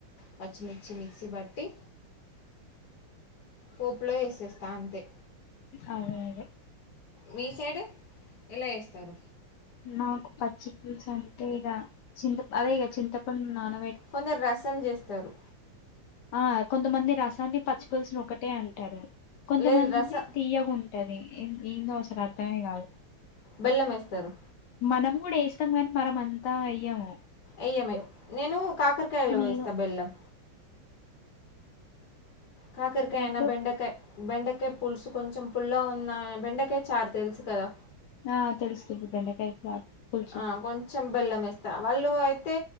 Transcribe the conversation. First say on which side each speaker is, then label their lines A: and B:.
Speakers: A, on the left; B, on the left.
A: పచ్చిమిర్చి మిక్సీ పట్టి పోప్ లో వేసేస్తా అంతే
B: అదే అదే
A: మీ సైడు ఎలా చేస్తారు
B: నాకు పచ్చి పులుసు అంటే ఇగ చింత అదే ఇగ చింతపండు నానబెట్టి
A: కొందరు రసం చేస్తారు
B: ఆ కొంతమంది రసాన్ని పచ్చి పులుసుని ఒకటే అంటారు కొంతమంది
A: లేదు రసం
B: తియ్యగుంటది ఏందో అసలు అర్థమే కాదు
A: బెల్లం వేస్తారు
B: మనం కూడా వేస్తాం కానీ మనం అంతా వేయ్యాము
A: ఎయ్యం మేమ్ నేను కాకరకాయలో వేస్తా
B: ఏదో
A: బెల్లం కాకరకాయ
B: రెండు
A: ఐనా బెండకాయ బెండకాయ పులుసు కొంచెం పుల్లగా ఉందా బెండకాయ చారు తెలుసు కదా
B: ఆ తెలుసు అది బెండకాయ పులుసు
A: ఆ కొంచం బెల్లం వేస్తా వాళ్ళు అయితే